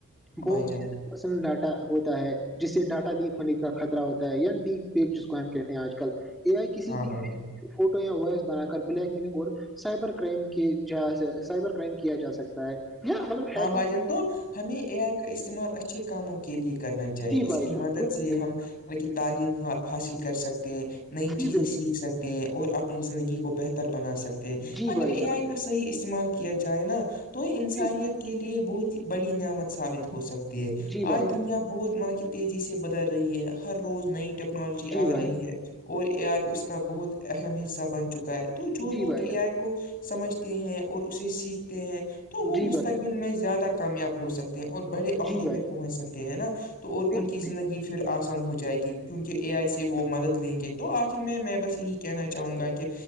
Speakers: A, on the left (about 40°); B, in the centre.
A: ہاں بھائی
B: وہ
A: جان
B: پرسنل ڈاٹا ہوتا ہے جس سے ڈاٹا لیک ہونے کا خطر ہوتا ہے یا ڈیک فیک جس کو ہم کہتے ہیں آج کل اے آئی کسی
A: ہاں
B: بھی
A: بھائی جان
B: فوٹو یا وائس بنا کر بلیک میننگ اور سائبر کرائم کی جا سائبر کرائم کیا جا سکتا ہے یا مطلب
A: ہاں
B: ہیکنگ
A: بھائی جان تو ہمیں اے آئی کا استعمال اچھے کاموں کے لیے کرنا چاہیے
B: جی
A: اس
B: بھائی
A: کی
B: جان
A: مدد
B: بالکل
A: سے
B: صحیح
A: ہم
B: کہا۔
A: کی تعلیم حاصل کر سکتے ہیں نئی چیزیں
B: جی بالکل
A: سیکھ سکتے اور اپنی زندگی کو بہتر بنا سکتے ہیں
B: جی
A: اگر
B: بھائی
A: اے
B: جان
A: آئی کا صحیح استعمال کیا جائے نا تو انسانیت
B: جی
A: کے لیے بہت ہی بڑی نعمت ثابت ہو سکتی ہے
B: جی بھائی
A: آج
B: جان
A: دنیا بہت مطلب کہ تیزی سے بدل رہی ہے ہر روز نئی ٹیکنالوجی
B: جی
A: آ
B: بھائی
A: رہی ہے اور اے آئی اس کا بہت اہم حصہ بن چکا ہے تو
B: جان
A: جو
B: جی
A: لوگ
B: بھائی
A: اے
B: جان
A: آئی کو سمجھتے ہیں اور اسے سیکھتے ہیں تو تو وہ
B: جی
A: مستقبل
B: بھائی
A: میں زیادہ کامیاب ہو سکتے ہیں اور بڑے
B: جان
A: عہدے
B: جی بھائی
A: پہ
B: جان
A: پہنچ سکتے ہیں نا تو اور ان
B: بالکل
A: کی
B: ٹھیک۔
A: زندگی پھر آسان ہو جائے گی کیونکہ اے آئی سے وہ مدد لیں گے تو آخر میں میں بس یہی کہنا چاہوں گا کہ